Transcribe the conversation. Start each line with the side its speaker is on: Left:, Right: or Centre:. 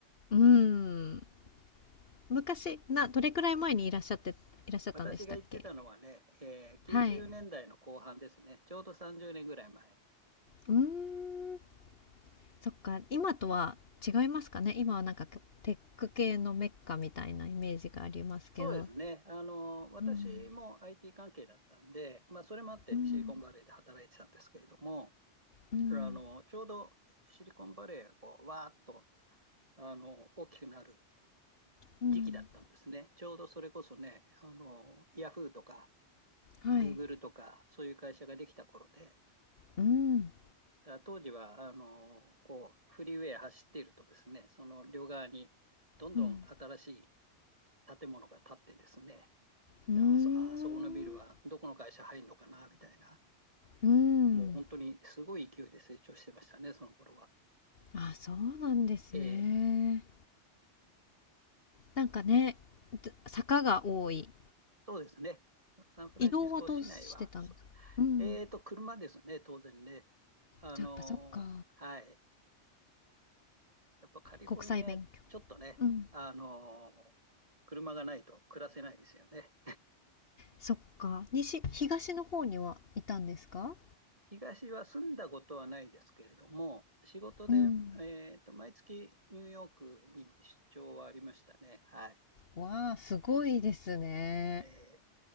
Left: うーん。昔、な、どれくらい前にいらっしゃって、いらっしゃったんでしたっけ
Right: 私が行ってたのはね、えー、90年代の後半ですね。
Left: はい。
Right: ちょうど30年ぐらい前。
Left: うーん。そっか、今とは違いますかね。今はなんかテック系のメッカみたいなイメージがありますけど。
Right: そうですね。あの、私も
Left: うん。
Right: IT 関係だったんで、まあ、それもあってシリコンバレーで働いてたんですけれども、
Left: うん。うん、
Right: あの、ちょうどシリコンバレーがこう、わーっと、あの、大きくなる
Left: うん、
Right: 時期だったんですね。ちょうどそれこそね、あの、ヤフーとか、
Left: はい。
Right: グーグルとか、そういう会社ができた頃で、だか
Left: うん、
Right: ら当時は、あの、こう、フリーウェイ走っているとですね、その両側にどんどん新しい
Left: うん、
Right: 建物が建ってですね、
Left: うーん、
Right: だあそ、あそこのビルはどこの会社入るのかな、みたいな、
Left: うん。
Right: もう本当にすごい勢いで成長してましたね、その頃は。
Left: あ、そうなんですね。
Right: ええ
Left: なんかね、ど坂が多い。
Right: そうですね。サンフランシスコ市内は、
Left: 移動はどうしてたんですか？
Right: そ
Left: うん、
Right: えーと、車ですね、当然ね。あのーはい。
Left: じゃ、やっぱそっか、
Right: やっぱカリフォルニア、
Left: 国際勉強
Right: ちょっとね、
Left: うん、
Right: あのー車がないと暮らせないですよね。
Left: そっか、西東の方にはいたんですか？
Right: 東は住んだことはないですけれども、仕事で、
Left: うん。
Right: えーと、毎月ニューヨークに出張はありましたね。はい。
Left: わあ、すごいですね。
Right: えー